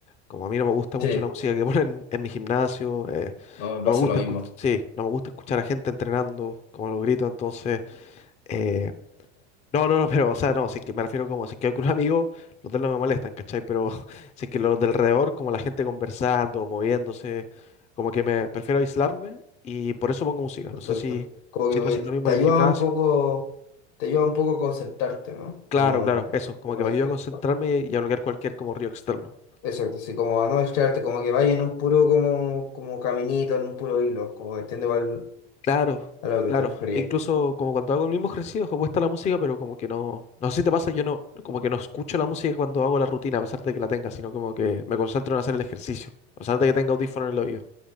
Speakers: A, on the left; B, on the left.
A: Como a mí no me gusta mucho
B: Sí,
A: la música que <laughs> ponen en mi gimnasio, eh,
B: no, me
A: no
B: pasa
A: me gusta
B: lo mismo.
A: escuchar, sí, no me gusta escuchar a gente entrenando, como los gritos, entonces, eh, no, no, no, pero, o sea,
B: Mm.
A: no, si es que me refiero como, si es que hay un amigo, los de él no me molestan, ¿cachai? Pero <laughs> si es que los del alrededor, como la gente conversando, moviéndose, como que me prefiero aislarme y por eso pongo música.
B: Perfecto.
A: No sé si,
B: Como
A: si
B: que
A: tú
B: me-
A: haces lo mismo
B: te
A: en
B: ayuda
A: el gimnasio.
B: un poco, te ayuda un poco a concentrarte, ¿no?
A: Claro,
B: Como
A: claro, eso, como
B: de repente.
A: que me ayuda a concentrarme y, y a bloquear cualquier como ruido externo.
B: Exacto, sí, como a no distraerte, como que vaya en un puro como, como caminito, en un puro hilo, como que entiende igual
A: Claro,
B: a lo que
A: claro.
B: te referías.
A: Incluso como cuando hago el mismo ejercicio, ojo, puesta la música, pero como que no. No sé si te pasa, yo no, como que no escucho la música cuando hago la rutina, a pesar de que la tenga, sino como que me concentro en hacer el ejercicio. A pesar de que tenga audífono en el oído.